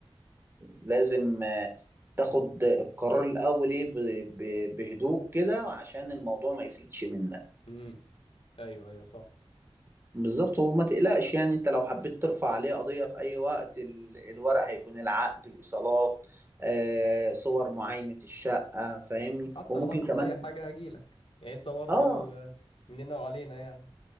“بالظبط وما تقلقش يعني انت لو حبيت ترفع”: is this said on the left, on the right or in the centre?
Right